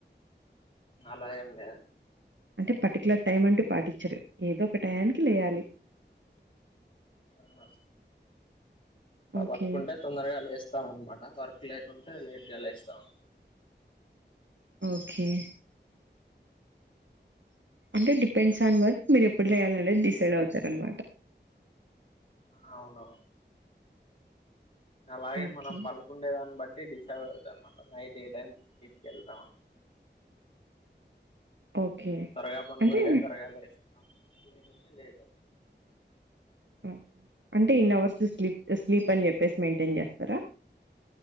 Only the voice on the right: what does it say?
అంటే పర్టిక్యలర్ టైం అంటూ పాటించరు ఏదో ఒక టయానికి లేయాలి
ఓకే
ఓకే అంటే డిపెండ్స్ ఆన్ వర్క్ మీరు ఎప్పుడు లేయాలి అనేది డిసైడ్ అవుతారు అన్నమాట
ఓకే
ఓకే
అంటే
ఓకే అంటే ఇన్ అవర్స్ స్లీప్ స్లీప్ అని చెప్పేసి మెయింటైన్ చేస్తారా